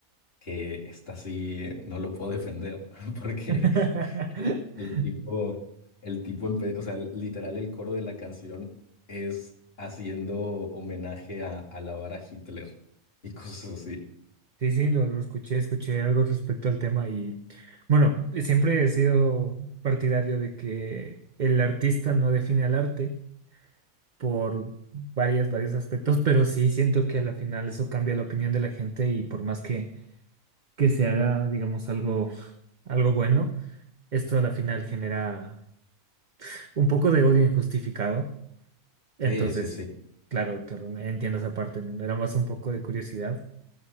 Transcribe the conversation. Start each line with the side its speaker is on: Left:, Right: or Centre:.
Left: que esta sí no lo puedo defender <laughs> porque
Right: <laughs>
Left: el, el tipo, el tipo, empe- o sea, literal el coro de la canción es haciendo homenaje a, a alabar a Hitler y cosas así.
Right: Sí, sí, lo, lo escuché, escuché algo respecto al tema y bueno, siempre he sido partidario de que el artista no define al arte por varias, varios aspectos, pero sí siento que a la final eso cambia la opinión de la gente y por más que, que se haga, digamos, algo, algo bueno, esto a la final genera un poco de odio injustificado Entonces,
Left: Sí, sí, sí,
Right: claro, claro, entiendo esa parte, ¿no? Era más un poco de curiosidad.